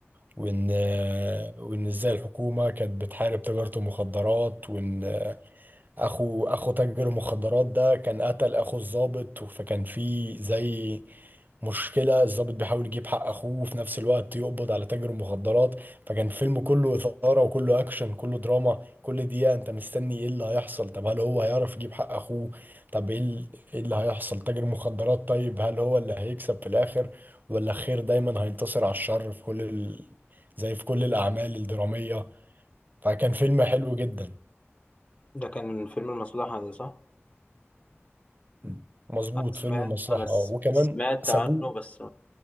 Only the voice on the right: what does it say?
وإن آه، وإن إزاي الحكومة كانت بتحارب تجارة المخدرات وإن اخو اخو تاجر المخدرات ده كان قتل اخو الضابط فكان في زي مشكلة الضابط بيحاول يجيب حق اخوه وفي نفس الوقت يقبض على تاجر المخدرات فكان الفيلم كله إثارة وكله اكشن كله دراما كل دقيقة انت مستني ايه اللي هيحصل طب هل هو هيعرف يجيب حق اخوه طب ايه ال- إيه اللي هيحصل تاجر المخدرات طيب هل هو اللي هيكسب في الاخر ولا الخير دايما هينتصر على الشر في كل ال... زي في كل الاعمال الدرامية فكان فيلم حلو جدا
مم. مظبوط
فيلم المصلحة
اه وكمان
سابوه